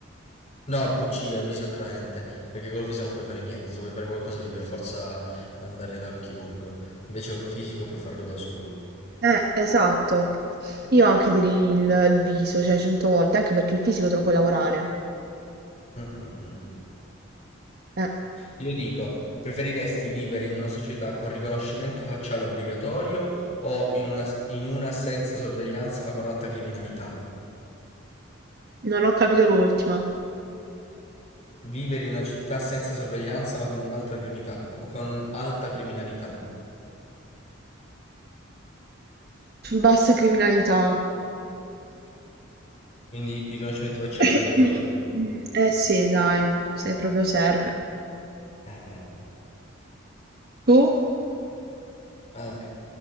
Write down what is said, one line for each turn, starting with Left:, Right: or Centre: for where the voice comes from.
Left: No, bugia, viso attraente, perché col viso non puoi fare niente, se vuoi fare qualcosa devi per forza andare da un chirurgo, invece col fisico puoi farlo da solo.
Right: Eh, esatto. Io anche direi il, il viso, cioè cento volte, anche perché il fisico te lo puoi lavorare.
Left: Mm, mm, mm.
Right: Eh,
Left: Io dico, preferiresti vivere in una società con riconoscimento facciale obbligatorio o in una, in una senza sorveglianza ma con alta criminalità?
Right: non ho capito l'ultima.
Left: Vivere in una città senza sorveglianza ma con un'altra criminalità, con alta criminalità.
Right: Bassa criminalità.
Left: Quindi riconoscimento facciale
Right: <coughs>
Left: obbligatorio.
Right: Eh sì, dai, se proprio serve.
Left: Eh, eh,
Right: Tu?
Left: anche